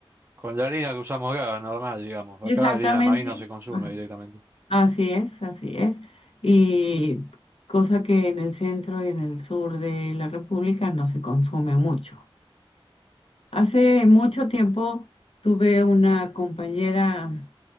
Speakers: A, on the right; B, on the left.
A: con la harina que usamos acá, normal, digamos. Acá
B: Exactamente.
A: harina de maíz no se consume
B: Ah,
A: directamente.
B: Así es, así es. Y cosa que en el centro y en el sur de la República no se consume mucho. Hace mucho tiempo tuve una compañera